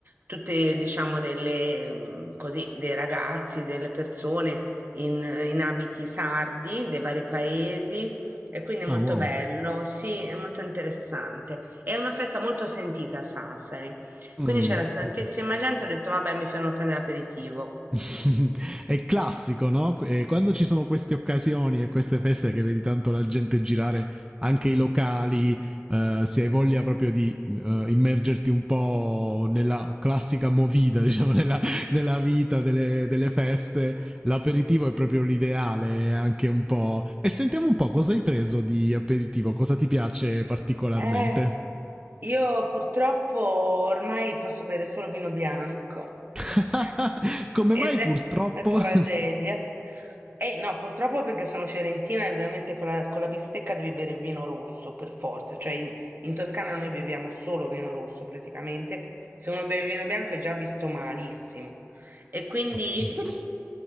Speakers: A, on the right; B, on the right.
A: tutte, diciamo, delle, mh, così, dei ragazzi, delle persone in, in abiti sardi dei vari paesi e quindi è
B: Ah
A: molto
B: wow.
A: bello, sì, è molto interessante. È una festa molto sentita a Sassari. Quindi
B: Mh,
A: c'era tantissima
B: mh.
A: gente, ho detto vabbè, mi fermo a prendere aperitivo.
B: <laughs> È classico, no, ehm, quando ci sono queste occasioni e queste feste che vedi tanto la gente girare anche i locali, ehm, se hai voglia proprio di, uhm, immergerti un po' nella classica movida, <laughs> diciamo, nella nella vita delle delle feste, l'aperitivo è proprio l'ideale è anche un po' e sentiamo un po' cosa hai preso di aperitivo, cosa ti piace particolarmente?
A: Eh, io purtroppo ormai posso bere solo vino bianco
B: <laughs>
A: <laughs>
B: Come
A: ed
B: mai
A: è
B: purtroppo?
A: una tragedia.
B: <laughs> sì.
A: Eh no, purtroppo perché sono fiorentina e ovviamente con la, con la bistecca devi bere il vino rosso per forza, cioè in, in Toscana noi beviamo solo vino rosso praticamente, se uno beve vino bianco è già visto malissimo. E quindi
B: ok.
A: <laughs>